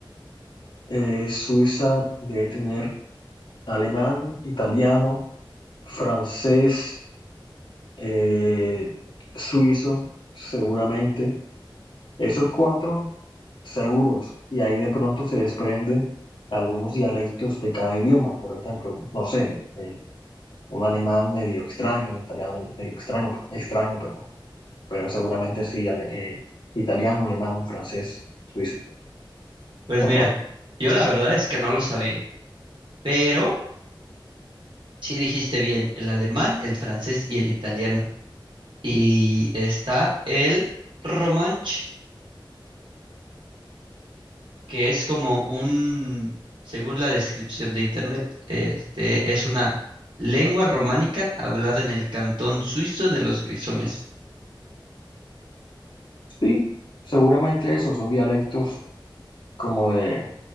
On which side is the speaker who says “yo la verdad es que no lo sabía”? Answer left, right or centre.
Right